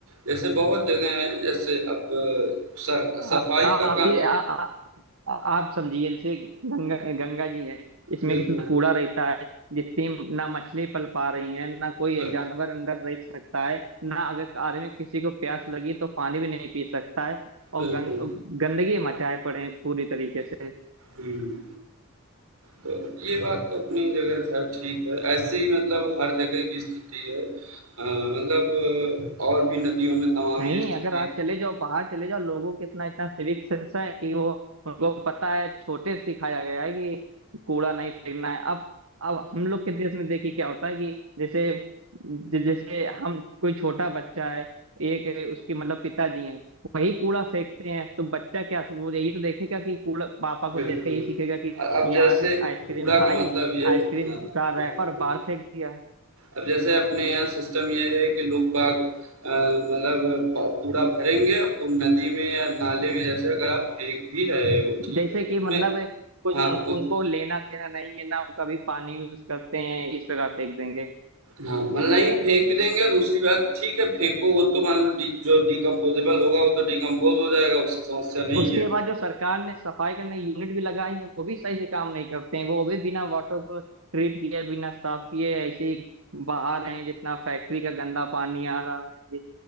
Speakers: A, on the right (about 85°); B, on the right (about 70°).
A: जैसे बहुत जगह हैं जैसे अब अ, सर सफाई
B: आ, आ, आप
A: का काम
B: ये आ, आ, आ- आप समझिए जैसे गंगा गंगा जी है इसमें
A: बिल्कुल
B: कितना कूड़ा रहता है जितनी ना मछली पल पा रही है ना कोई
A: ब-
B: जानवर अंदर रह सकता है ना अगर आदमी किसी को प्यास लगी तो पानी भी नहीं पी सकता है और
A: बिल्कुल
B: गंग गंदगी मचाए पड़े हैं पूरी तरीके से
A: हम्म तो ये बात तो अपनी जगह खैर ठीक है ऐसे ही मतलब हर जगह की स्थिति है अ, मतलब अ, और भी नदियों में तमाम
B: नहीं
A: ये स्थिति
B: अगर आप चले जाओ बाहर चले जाओ लोगों के इतना इतना सिविक सेंस है कि वो उनको पता है छोटे से सिखाया गया है कि कूड़ा नहीं फेंकना है अब अब हम लोग के देश में देखिए क्या होता है कि जैसे ज- जैसे हम कोई छोटा बच्चा है एक उसके मतलब पिताजी हैं वही कूड़ा फेंकते हैं तो बच्चा क्या वो यही तो देखेगा कि कूड़ा पापा को
A: बिल्कुल
B: देख के ये सीखेगा कि
A: अ- अब जैसे
B: यहाँ से आइसक्रीम
A: कूड़ा
B: खाई
A: का मतलब ये
B: आइसक्रीम
A: हाँ
B: का
A: बिल्कुल
B: रैपर
A: बिल्कुल
B: बाहर फेंक दिया
A: अब जैसे अपने यहाँ सिस्टम ये है कि लोग बाग अ, मतलब प कूड़ा भरेंगे और कू नदी में या नाले में जैसे अगर आप फेंक भी रहे हो, ठीक
B: जैसे
A: है, तो
B: कि
A: उसमें
B: मतलब कुछ
A: हाँ,
B: उन,
A: उ
B: उनको लेना देना नहीं है ना वो कभी पानी यूज करते हैं इस जगह फेंक देंगे
A: हाँ, मतलब नहीं फेंक भी देंगे, दूसरी बात ठीक है फेंको वो तो मान लो डी जो डिकम्पोज़ेबल होगा वो तो डिकम्पोज़ हो जाएगा, उससे समस्या नहीं
B: उसके
A: है।
B: बाद जो सरकार ने सफाई करने यूनिट भी लगाई है वो भी सही से काम नहीं करते हैं वो भी बिना वाटर को ट्रीट किए बिना साफ किए ऐसे ही बहा रहे हैं जितना फैक्ट्री का गंदा पानी आ रहा है जि-